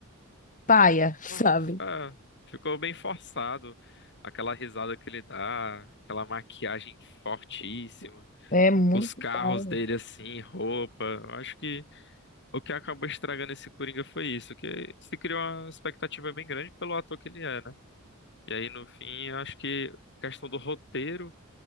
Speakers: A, on the left (about 35°); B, on the left (about 55°).
A: paia, <laughs>
B: ó, f-
A: sabe?
B: ah, ficou bem forçado. Aquela risada que ele dá, aquela maquiagem fortíssima.
A: É muito
B: os carros
A: paia.
B: dele assim, roupa. Eu Acho que o que acabou estragando esse Coringa foi isso, que se criou uma expectativa bem grande pelo ator que ele é, né? E aí no fim, eu acho que questão do roteiro